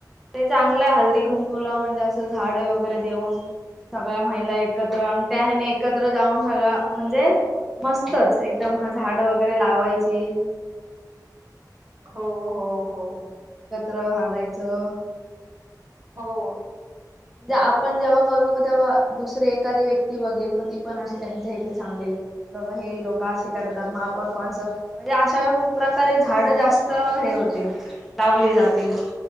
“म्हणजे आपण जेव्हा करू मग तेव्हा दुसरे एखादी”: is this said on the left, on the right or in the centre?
Centre